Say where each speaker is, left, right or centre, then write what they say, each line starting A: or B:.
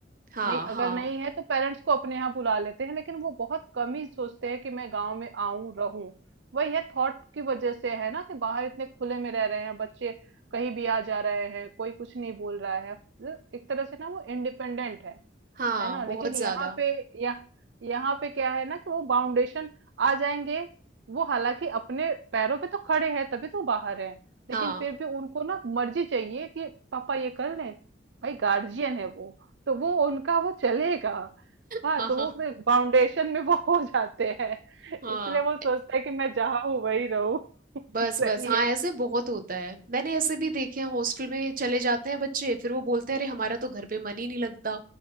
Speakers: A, on the right; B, on the right.
A: हाँ
B: नहीं
A: हाँ
B: अगर नहीं है तो पेरेंट्स को अपने यहाँ बुला लेते हैं लेकिन वो बहुत कम ही सोचते हैं कि मैं गांव में आऊं रहूं वही है थॉट की वजह से है ना कि बाहर इतने खुले में रह रहे हैं बच्चे कहीं भी आ जा रहे हैं कोई कुछ नहीं बोल रहा है एक तरह से ना वो इंडिपेंडेंट है
A: हाँ
B: है ना
A: बहुत
B: लेकिन यहाँ
A: ज्यादा
B: पे यह यहाँ पे क्या है ना कि वो बाउंडेशन आ जाएंगे वो हालांकि अपने पैरों पे तो खड़े हैं तभी तो बाहर हैं लेकिन
A: हाँ
B: फिर भी उनको ना मर्जी चाहिए कि पापा ये कर लें भाई गार्जियन है वो तो वो उनका वो चलेगा हाँ
A: हाँ
B: तो
A: हाँ
B: वो बाउंडेशन में वो हो जाते हैं
A: हाँ
B: इसलिए वो सोचते हैं कि मैं जहाँ हूँ वही रहूँ <laughs>
A: बस
B: सही
A: बस हाँ
B: है
A: ऐसे बहुत होता है मैंने ऐसे भी देखे हैं हॉस्टल में चले जाते हैं बच्चे फिर वो बोलते हैं अरे हमारा तो घर पे मन ही नहीं लगता